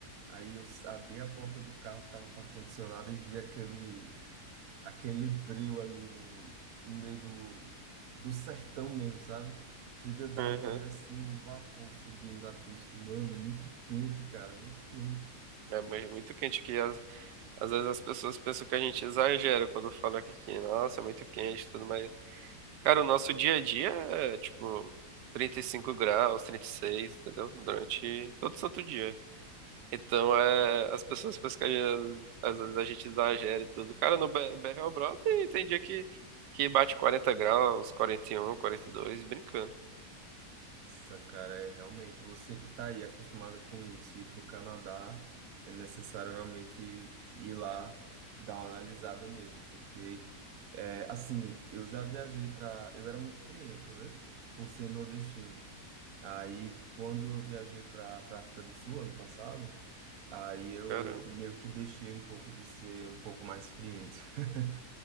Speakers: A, on the right; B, on the right.
A: Aí eu s- abri a porta do carro, tava com ar-condicionado e vi aquele, <laughs> aquele breu ali no, no meio do, do sertão mesmo, sabe? Chega, dava
B: Uhum.
A: pra ver assim o vapor subindo da pista. Mano, muito quente, cara, muito quente.
B: É mu- muito quente aqui. Às, às vezes as pessoas pensam que a gente exagera quando fala que aqui, nossa, é muito quente e tudo, mas Cara, o nosso dia a dia é tipo 35 graus, 36, entendeu? Durante todo santo dia. Então, é, as pessoas pensam que às às vezes a gente exagera e tudo. Cara, no B- BR o Brau tem, tem dia que, que bate 40 graus, 41, 42, brincando.
A: Nossa, cara, é realmente você que está aí acostumado com isso, ir para o Canadá é necessário realmente ir lá dar uma analisada mesmo, porque é, assim, eu já viajei para, eu era muito friento, né, por ser nordestino. Aí quando eu viajei para para África do Sul ano passado, aí eu
B: Caramba,
A: meio que deixei um pouco de ser um pouco mais friento. <laughs>